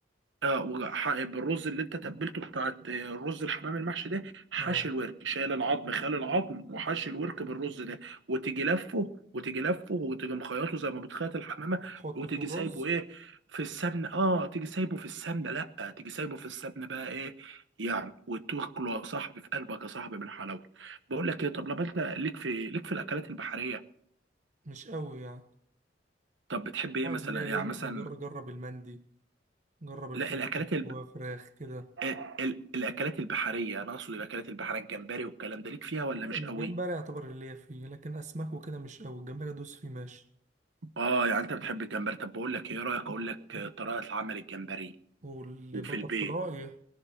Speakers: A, on the right; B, on the right.
A: اه وح- بالرز اللي انت تبلته بتاعت آه، رز الحمام المحشي ده حشي
B: اه
A: الورك شايل العظم خال العظم وحشي الورك بالرز ده وتيجي لفه وتيجي لفه وتيجي مخيطه زي ما بتخيط الحمامه
B: تحطه
A: وتيجي
B: في الرز
A: سايبه ايه في السمنه اه تيجي سايبه في السمنه لا تيجي سايبه في السمنه بقى ايه يعني وتاكله يا صاحبي في قلبك يا صاحبي بالحلاوه بقول لك ايه طب لما انت ليك في ليك في الاكلات البحريه
B: مش قوي يعني
A: طب بتحب ايه
B: عايز
A: مثلا
B: ليه ليه
A: يعني
B: مثلا
A: مثلا
B: جرب جرب المندي جرب الكبسة
A: لا الاكلات
B: اللي
A: ال
B: جواها فراخ كده
A: ال الاكلات البحريه انا اقصد الاكلات البحريه الجمبري والكلام ده ليك فيها ولا
B: يعني
A: مش قوي
B: الجمبري يعتبر اللي ليا فيه لكن اسماك وكده مش قوي الجمبري ادوس فيه ماشي
A: اه يعني انت بتحب الجمبري طب بقول لك ايه إيه رايك اقول لك طريقه عمل الجمبري
B: والبتر
A: وفي البيت
B: فلاي